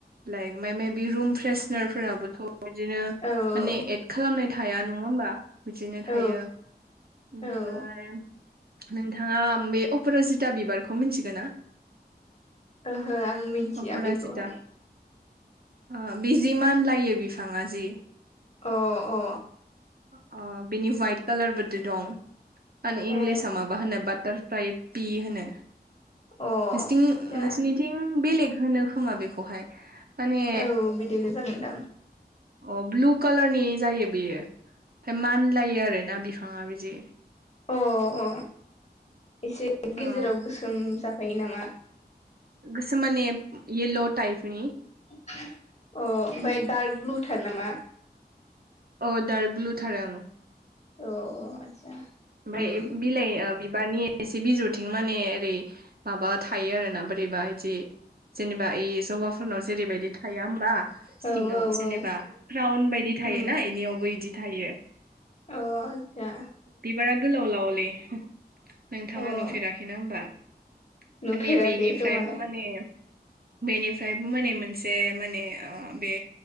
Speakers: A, on the right (about 65°); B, on the left (about 40°).
A: लाइक माय मायबि बे रुम फ्रेसनार फोराबोथ' बिदिनो
B: औ
A: माने एद खालामनाय थाया नङा होमबा बिदिनो
B: औ
A: थायो। ओमफ्राय
B: औ।
A: नोंथाङा बे अपराजिता बिबारखौ मिथिगो ना
B: ओहो आं मिथिया
A: अपराजिता
B: बेखौहाय
A: अ बिजि मानलायो बिफाङा जि
B: अ अ
A: अ बेनि वाइट कालार बोदि दं मा होनो इंलिस
B: ए
A: आ माबा होनो बाटार फ्लाय पि होनो।
B: अ
A: नोंसिथि
B: जा
A: नोंसिनि थिं बेलेग होनो खोमा बेखौहाय माने
B: औ बिदिनो जागोनदां
A: औ अ ब्लु कालारनि जायो। बेयो ओमफ्राय मानलायो आरो ना बिफाङा बिदि
B: अ अ एसे
A: अ
B: गेजेराव गोसोम जाफायो नामा?
A: गोसोम माने येल' टाइफनि
B: अ ओमफ्राय दार्क ब्लुथार नामा?
A: अ डार्क ब्लुथार ओं
B: अ औ आतसा
A: ओमफाय
B: उम
A: <unintelligible> बिलाइ बिबारनि एसे बिजौथिं माने ओरै माबा थायो आरोना बोरैबा इदि जेनेबा ए जबाफोरनाव जेरैबायदि थाया होमबा
B: औ
A: सिङाव
B: औ
A: जेनेबा
B: औ
A: प्राउन बायदि थायोना
B: उम
A: इनियावबो इदि थायो
B: अ आदसा
A: बिबारा गोलाव लाव लै नोंथाङा
B: अ
A: नुफेराखैना होमबा?
B: नुफेराखै
A: माने बेनिफ्रायबो
B: खोमादां
A: माने बेनिफ्रायबो माने मोनसे माने ओ बे